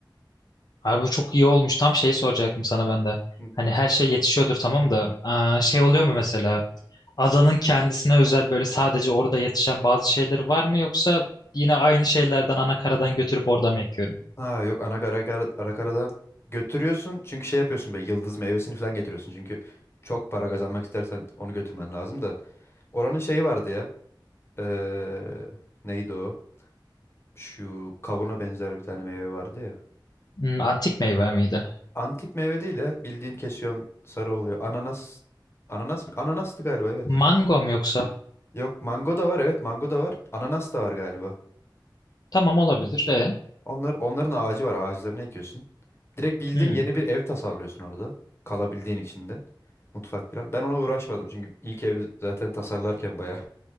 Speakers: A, on the left (about 55°); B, on the left (about 30°).
A: Abi bu çok iyi olmuş. Tam şey soracaktım sana ben de.
B: Hı.
A: Hani her şey yetişiyordur tamam da aa, şey oluyor mu mesela? Adanın kendisine özel böyle sadece orada yetişen bazı şeyler var mı yoksa yine aynı şeylerden ana karadan götürüp orada mı ekiyorum?
B: Ha yok ana kara, kara, ara karada götürüyorsun. Çünkü şey yapıyorsun be yıldız meyvesini falan getiriyorsun. Çünkü çok para kazanmak istersen onu götürmen lazım da. Oranın şeyi vardı ya. Eee, neydi o? Şu kavuna benzer bir tane meyve vardı ya.
A: Hmm, antik meyve miydi?
B: Antik meyve değil ya. Bildiğin kesiyorsun sarı oluyor. Ananas. Ananas mı? Ananastı galiba evet.
A: Mango mu yoksa?
B: Yok mango da var evet mango da var. Ananas da var galiba.
A: Tamam olabilir. E.
B: Onlar, onların ağacı var ağaçlarını ekiyorsun. Direkt bildiğin
A: Hmm.
B: yeni bir ev tasarlıyorsun orada. Kalabildiğin içinde. Mutfak falan. Ben ona uğraşmadım çünkü ilk evi zaten tasarlarken bayağı